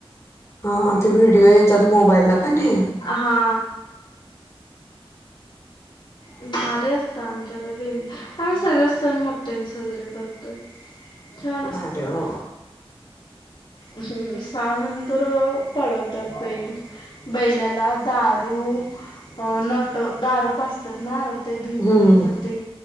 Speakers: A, on the left (about 25°); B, on the left (about 50°).
A: हा हा ते व्हिडिओ येतात मोबाईलला का नई?
B: हा. भारी असतं आमच्याकडे भें, आम्ही सगळेच सण मोठ्याने साजरे करतोय. छान
A: भारी
B: असतं.
A: आहे बाबा
B: हम्म सहा नंतर पळवतात बैल. बैल्याला दारू नट दारू पाज वतात ना ते भिन्नवण्यासाठी
A: हम्म